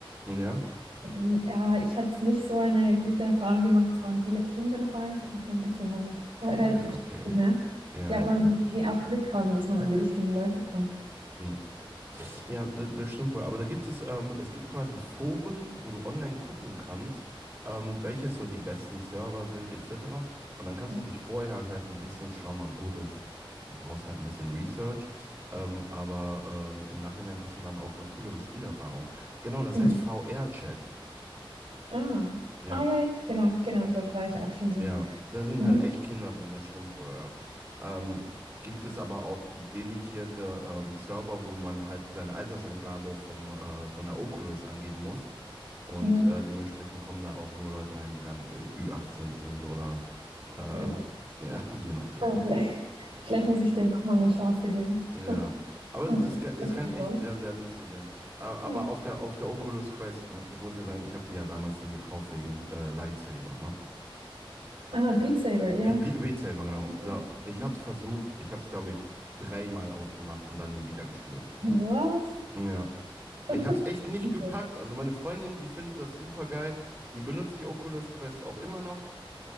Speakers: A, on the right (about 30°); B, on the right (about 80°).
A: ja?
B: Mm, Ja, ich hatte nicht so eine gute Erfahrung gemacht. Es waren viele Kinder dabei. Es hat mich ein bisschen dann <laughs> relativ
A: Ja, okay.
B: genervt.
A: Ja,
B: Ich glaube,
A: ja,
B: man
A: klar, verstehe.
B: will auch Glück haben, dass man an die richtigen Leute kommt.
A: Hm. Ja, da- das stimmt wohl. Aber da gibt es, ähm, es gibt quasi Foren, wo du online gucken kannst, ähm, welches so die besten Server sind, etc. Und dann kannst
B: <laughs>
A: du dich vorher halt ein bisschen schlau machen. Gut, das brauchst halt ein bisschen Research, ähm, aber ähm, im Nachhinein hast du dann auch eine coolere Spielerfahrung. Genau, das
B: Mhm.
A: heißt VR-Chat.
B: Ah.
A: Ja,
B: Ah, ja, ja, genau, genau, dort war ich auch schon drin.
A: ja. Da sind
B: Mhm.
A: halt echt Kinder drin, das stimmt wohl, ja. Ähm, Gibt es aber auch dedikierte ähm, Server, wo man halt seine Alterseingabe vom, äh, von der Oculus angeben muss. Und
B: Mhm.
A: äh, dementsprechend kommen da auch nur Leute rein, die dann Ü18 sind oder äh,
B: Sehr gut.
A: ja, <laughs> je nachdem.
B: Ah, Vielleicht, vielleicht
A: Hm,
B: muss ich dem nochmal eine Chance geben.
A: Ja,
B: <laughs>
A: aber
B: Und
A: es, es kann, es kann echt
B: sonst?
A: sehr, sehr lustig werden. Äh, aber
B: Ja.
A: auf der, auf der Oculus Quest, ne, ich muss ja sagen, ich habe die ja damals nur gekauft wegen äh, Lightsaber, ne?
B: Ah, Beat Saber, ja.
A: Be Be Beat Saber, genau.
B: Ja,
A: So, ich
B: ja.
A: habe es versucht, ich habe es, glaube ich, dreimal aufgemacht und dann nie wieder gespielt.
B: Was?
A: Ja. Ich
B: <laughs>
A: habe es echt nicht
B: Super.
A: gepackt. Also meine Freundin, die findet das super geil. Die benutzt die Oculus Quest auch immer noch.